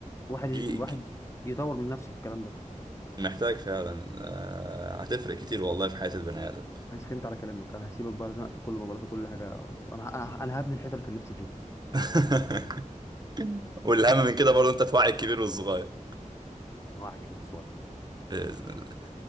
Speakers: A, on the left; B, on the right.
A: واحد
B: جي
A: ي- واحد
B: جي
A: يطور من نفسه في الكلام ده
B: محتاج فعلا آه هتفرق كتير والله في حياة البني ادم
A: انا سخنت على كلامك انا هسيبك بقى لازم اقفل كل مباراتي وكل حاجه وانا انا أنا هبني الحته اللي كان نفسي فيها
B: <laughs> والاهم من كده برضه انت توعي الكبير والصغير
A: واحد كده بس
B: باذن الله.